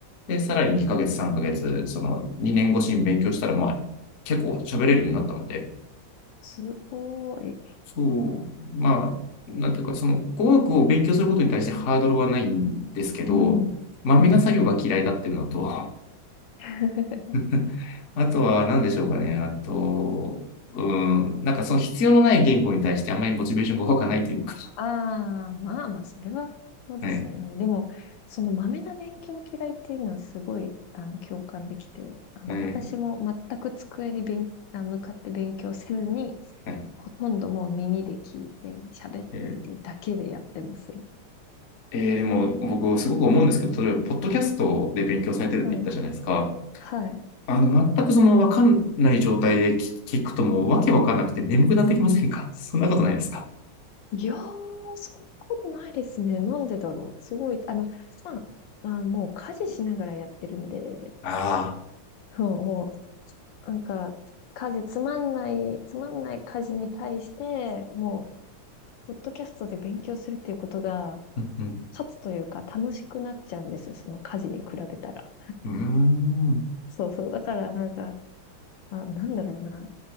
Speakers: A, on the left (about 55°); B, on the left (about 75°).
A: で、さらに2ヶ月、3ヶ月、その2年越しに勉強したら、まあ、結構喋れるようになったので、
B: すごい。
A: そう、まあ、なんていうか、その語学を勉強することに対してハードルはないんですけど、
B: うん、
A: まめな作業が嫌いだっていうのと、
B: うん、うん。<laughs>
A: <laughs> あとは何でしょうかね、あと、うん、なんかその必要のない言語に対してあんまりモチベーションが湧かないというか、
B: うんああ、まあまあ、それは、そうですよね。
A: はい、
B: でも、その豆な勉強嫌いっていうのはすごい、あの、共感できて、あの、
A: はい、
B: 私も全く机に勉、あ向かって勉強せずに、
A: はい。
B: ほとんどもう耳で聞いて、喋ってみてだけでやってますよ。
A: えーえーでも僕すごく思うんですけど、例えば、ポッドキャストで勉強されてるって言ったじゃないですか。
B: うん。はい。
A: あの、全くその分かんない状態で聞聞くともうわけわかんなくて眠くなってきませんか <laughs> そんなことないですか
B: いやー、そんなことないですね。なんでだろう。すごい、あの、まあ、まあ、もう家事しながらやってるんで、
A: ああ。
B: <laughs> そうもう、なんか、家事つまんない、つまんない家事に対して、もう、ポッドキャストで勉強するっていうことが、
A: うんうん
B: 勝つというか、楽しくなっちゃうんですよ。その家事に比べたら。
A: うーん
B: そうそう。だから、なんか、あ、なんだろうな。